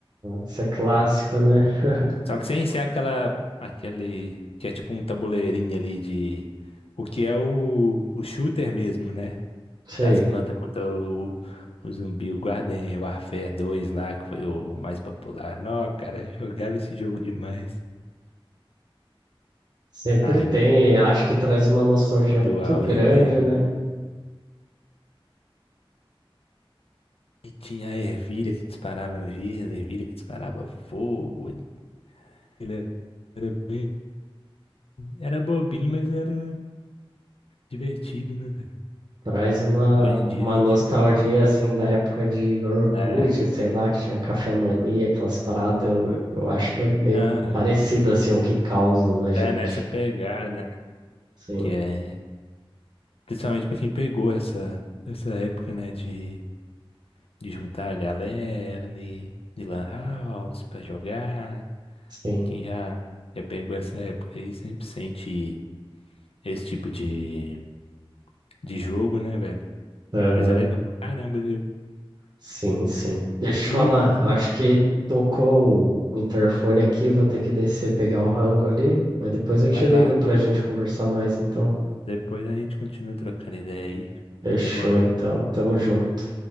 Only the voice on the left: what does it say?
Só que sem ser aquela, aquele, que é tipo um tabuleirinho ali de, o que é o, o shooter mesmo, né?
Das plantas contra o, o zumbi, o Garden Warfare dois lá, que foi o mais popular. Não, cara, eu jogava esse jogo demais.
Na
época
do
auge
dele.
E tinha a ervilha que disparava giz, a ervilha que disparava fogo. Ele era bem... Era bobinho, mas era divertido, né, velho?
Hoje em dia
a gente
fica meio que...
É,
aham.
É nessa pegada, né?
Que é... Principalmente pra quem pegou essa, essa época, né, de, de juntar a galera, né, de lan house pra jogar.
Quem já, já pegou essa época aí sempre sente esse tipo de, de jogo, né, velho?
Mas é legal pra caramba, viu?
Eu,
tipo assim,
vai
lá.
Depois a gente continua trocando ideia aí.
Demorou.